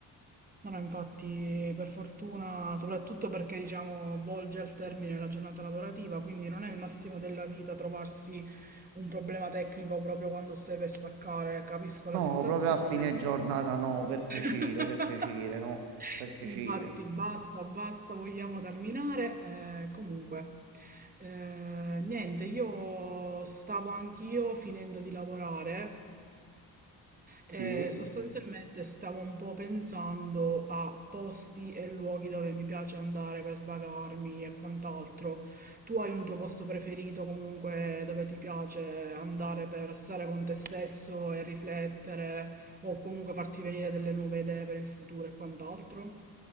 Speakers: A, on the right; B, on the right.
A: No, no, infatti, per fortuna, soprattutto perché diciamo volge al termine la giornata lavorativa, quindi non è il massimo della vita trovarsi un problema tecnico proprio quando stai per staccare, capisco la
B: No,
A: sensazione.
B: proprio a fine giornata, no, per piacere,
A: <laughs>
B: per piacere, no, per piacere.
A: Infatti, basta, basta, vogliamo terminare. Eh, comunque, eh, niente, io stavo anch'io finendo di lavorare
B: Sì,
A: Eh, sostanzialmente stavo un po' pensando a posti e luoghi dove mi piace andare per svagarmi e quant'altro. Tu hai un tuo posto preferito comunque dove ti piace andare per stare con te stesso e riflettere o comunque farti venire delle nuove idee per il futuro e quant'altro?